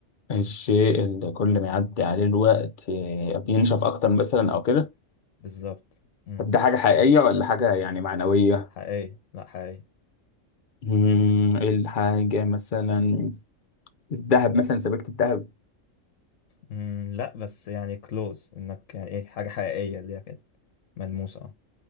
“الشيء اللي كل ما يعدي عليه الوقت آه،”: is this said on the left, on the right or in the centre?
Left